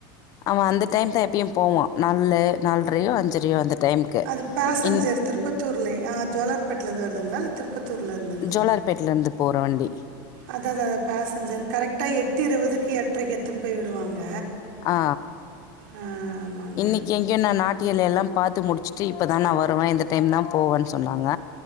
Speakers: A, on the left; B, on the right.
A: ஆமா அந்த டைம் தா எப்பயும் போவா நால்லு நால்ரயோ அஞ்சரேயோ அந்த டைமுக்கு
B: அது பேசஞ்சர்
A: இன்
B: திருப்பத்தூர்ல ஆ ஜோலார்பேட்ல இருந்து வருதுங்களா இல்ல திருப்பத்தூர்ல இருந்துங்களா
A: ஜோலார்பேட்லேருந்து போகிற வண்டி
B: அதா அதா பெசஞ்சர் கரெக்டா எட் நூத்தி இருவதுக்கு எட்ரைக்கு எத்துன்னு போய் விடுவாங்க
A: ஆ
B: ஆ, ஆமாங்க
A: இன்னிக்கு எங்கயோ ந நாட் டியலேல பாத்து முடிச்சுட்டு இப்போ தா நா வருவே இந்த டைம் தா போவன்னு சொன்னாங்க